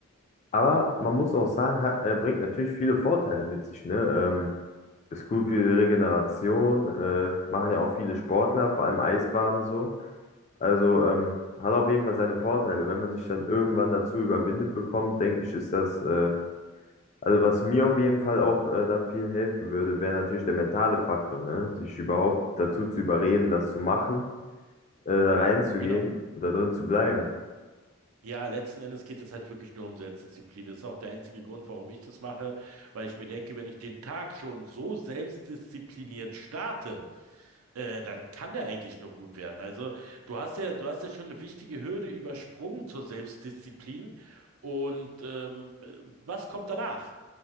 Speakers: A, on the left; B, on the right.
A: aber man muss auch sagen, hat, äh, bringt natürlich viele Vorteile mit sich, ne? Ähm, ist gut für die Regeneration, äh, machen ja auch viele Sportler, vor allem Eisbaden so. Also ähm, hat auf jeden Fall seine Vorteile. Wenn man sich dann irgendwann dazu überwindet bekommt, denke ich, ist das, äh, also was mir auf jeden Fall auch äh, da viel helfen würde, wäre natürlich der mentale Faktor, ne? Sich überhaupt dazu zu überreden, das zu machen, äh, da reinzugehen
B: Genau.
A: und da drin zu bleiben.
B: Ja, letzten Endes geht es halt wirklich nur um Selbstdisziplin. Das ist auch der einzige Grund, warum ich das mache, weil ich mir denke, wenn ich den Tag schon so selbstdiszipliniert starte, äh, dann kann der eigentlich nur gut werden. Also du hast ja, du hast ja schon eine wichtige Hürde übersprungen zur Selbstdisziplin. Und ähm, äh, was kommt danach?